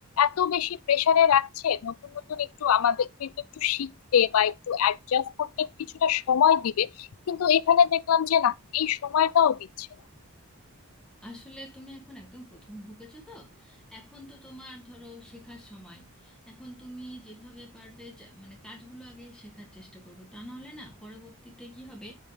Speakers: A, on the left (about 75°); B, in the centre.
A: এত বেশি প্রেসারে রাখছে নতুন নতুন একটু আমাদের কিন্তু একটু শিখতে বা একটু অ্যাডজাস্ট করতে কিছুটা সময় দিবে কিন্তু এখানে দেখলাম যে না এই সময়টাও দিচ্ছে না
B: আসলে তুমি এখন একদম প্রথম ঢুকেছো তো এখন তো তোমার ধরো শেখার সময় এখন তুমি যেভাবে পারবে চা- মানে কাজগুলো আগে শেখার চেষ্টা করবে তা না হলে না পরবর্তীতে কি হবে